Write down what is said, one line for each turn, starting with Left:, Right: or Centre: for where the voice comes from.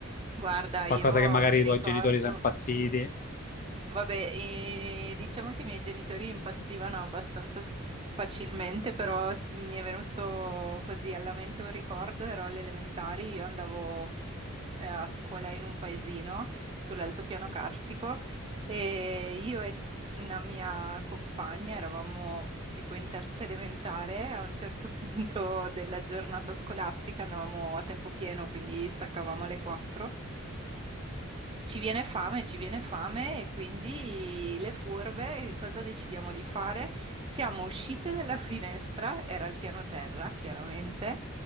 Right: Guarda,
Left: qualcosa
Right: io
Left: che magari
Right: mi
Left: i
Right: ricordo.
Left: tuoi genitori sono impazziti.
Right: Vabbè, eh, diciamo che i miei genitori impazzivano abbastanza s- facilmente, però mi è venuto così alla mente un ricordo, ero alle elementari, io andavo eh, a scuola in un paesino sull'altopiano carsico e io e una mia compagna eravamo tipo in terza elementare, a un certo punto della giornata scolastica andavamo a tempo pieno, quindi staccavamo alle 4 ci viene fame, ci viene fame e quindi le furbe, che cosa decidiamo di fare? Siamo uscite dalla finestra, era il piano terra, chiaramente.